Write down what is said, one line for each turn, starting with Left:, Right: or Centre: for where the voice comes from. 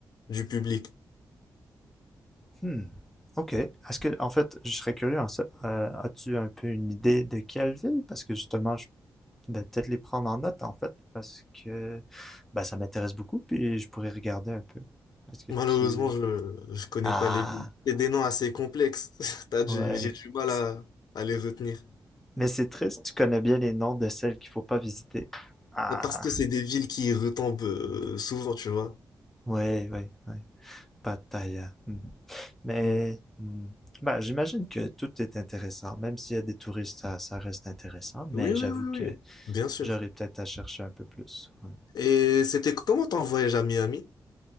Left: du public.
Centre: Hmm. OK. Est-ce que, en fait, je serais curieux, en sa- euh, as-tu un peu une idée de quelle ville? Parce que justement, je vais peut-être les prendre en note, en fait, parce que bah ça m'intéresse beaucoup, puis je pourrais regarder un peu. Est-ce que
Left: Malheureusement,
Centre: tu...
Left: je, je connais
Centre: Ah,
Left: pas les villes. C'est des noms assez complexes. <laughs> T'as du-
Centre: ouais.
Left: j'ai du mal
Centre: C-
Left: à, à les retenir.
Centre: Mais c'est triste, tu connais bien les noms de celles qu'il faut pas visiter. Ah,
Left: Parce que c'est des villes qui retombent euh, souvent, tu vois.
Centre: ouais, ouais, ouais. Pattaya. Hmm. Mais
Left: Mm.
Centre: hmm, ben, j'imagine que tout est intéressant. Même s'il y a des touristes, ça, ça reste intéressant.
Left: Oui,
Centre: Mais
Left: oui,
Centre: j'avoue
Left: oui,
Centre: que
Left: oui, bien sûr.
Centre: j'aurais peut-être à chercher un peu plus. ouais.
Left: Et c'était comment ton voyage à Miami?